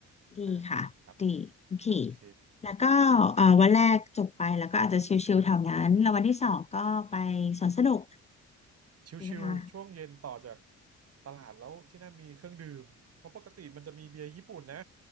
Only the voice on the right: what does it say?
อ่าครับ โอเค
ชิวๆช่วงเย็นต่อจาก
ตลาดแล้วที่นั่นมีเครื่องดื่ม เพราะปกติมันจะมีเบียร์ญี่ปุ่นนะ